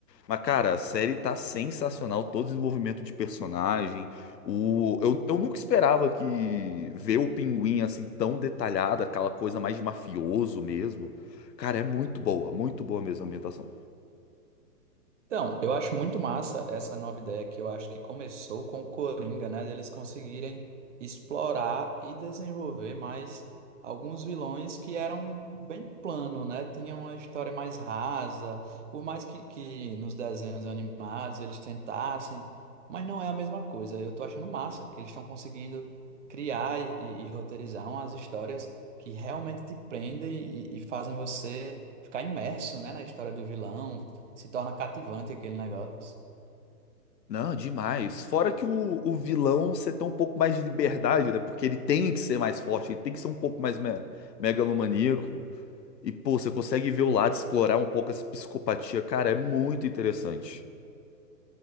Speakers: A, on the left; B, on the right.
A: Mas, cara, a série tá sensacional, todo o desenvolvimento de personagem. O, eu, eu nunca esperava que ver o Pinguim assim tão detalhado, aquela coisa mais de mafioso mesmo. Cara, é muito boa, muito boa mesmo a ambientação.
B: Então, eu acho muito massa essa nova ideia que eu acho que começou com o Coringa, né? Deles conseguirem explorar e desenvolver mais alguns vilões que eram bem plano, né? Tinham uma história mais rasa, por mais que, que nos desenhos animados eles tentassem, mas não é a mesma coisa. Eu tô achando massa que eles estão conseguindo criar e, e- e roteirizar umas histórias que realmente te prendem e, e fazem você ficar imerso, né, na história do vilão se torna cativante aquele negócio.
A: Não, demais. Fora que o, o vilão você tem um pouco mais de liberdade, né? Porque ele tem que ser mais forte, ele tem que ser um pouco mais me megalomaníaco. E, pô, você consegue ver o lado, explorar um pouco essa psicopatia. Cara, é muito interessante.